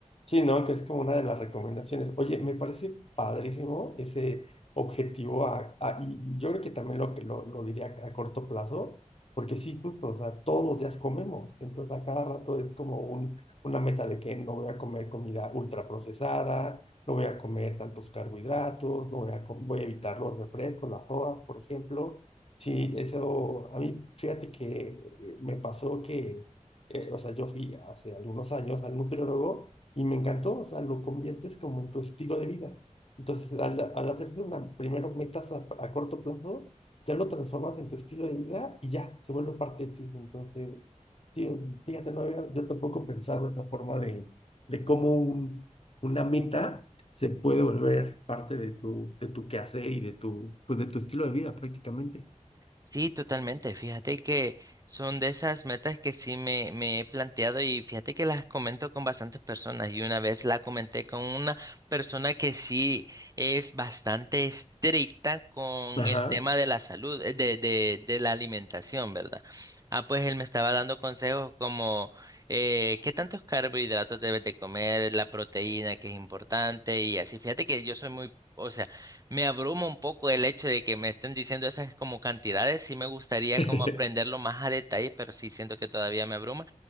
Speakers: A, on the left; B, on the right.
A: Sí, ¿no? Que es como una de las recomendaciones. Oye, me parece padrísimo ese objetivo a- a- y y yo creo que también lo, que- lo, lo diría a corto plazo, porque sí, justo, o sea, todos los días comemos, entonces a cada rato es como un, una meta de que no voy a comer comida ultraprocesada, no voy a comer tantos carbohidratos, no voy a, com- voy a evitar los refrescos, las sodas, por ejemplo. Sí, eso, a mí, fíjate que eh, me pasó que, eh, o sea, yo fui hace algunos años al nutriólogo, y me encantó, o sea, lo conviertes como en tu estilo de vida. Entonces, al, al hacerte una, primero metas a, a corto plazo, ya lo transformas en tu estilo de vida y ya, se vuelve parte de ti. Entonces, sí, fíjate, no había- yo tampoco pensaba esa forma de, de cómo un, una meta se puede volver parte de tu, de tu quehacer y de tu, pues de tu estilo de vida prácticamente.
B: Sí, totalmente. Fíjate que son de esas metas que sí me, me he planteado y fíjate que las comento con bastantes personas y una vez la comenté con una persona que sí es bastante estricta con
A: Ajá.
B: el tema de la salud, eh, de, de, de la alimentación, ¿verdad? Ah, pues él me estaba dando consejos como eh, qué tantos carbohidratos debes de comer, la proteína que es importante y así. Fíjate que yo soy muy... O sea, me abruma un poco el hecho de que me estén diciendo esas como cantidades, sí me gustaría
A: <laughs>
B: como aprenderlo más a detalle, pero sí siento que todavía me abruma.